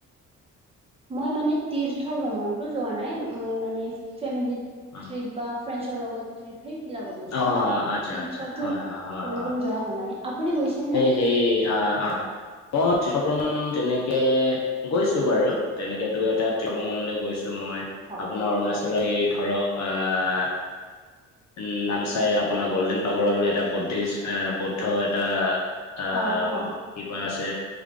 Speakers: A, on the right; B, on the left.
A: মই মানে তীৰ্থ ভ্ৰমণটো যোৱা নাই মই মানে ফেমিলি
B: অ',
A: ট্ৰিপ বা ফ্ৰেছৰ লগত? সেই বিলাকত গৈছো।
B: অ',
A: কিন্তু তীৰ্থতো
B: আচ্ছা, আচ্ছা, হয়, হয়, হয়,
A: যোৱা
B: হয়।
A: হোৱা নাই। আপুনি গৈছে নে?
B: সেই আ আ মই তীৰ্থ ভ্ৰমণ তেনেকে গৈছো বাৰু তেনেকে দুই এটা তীৰ্থ ভ্ৰমণলৈ গৈছোঁ মই।
A: হয়
B: আপোনাৰ অৰুণাচলৰ এই ধৰক আহ উম নামচাই আপোনাৰ গল্ডেন পাগোৰা বুলি এটা বুদ্ধিষ্ট আহ বুদ্ধ এটা আহ
A: অ হ
B: কিবা আছে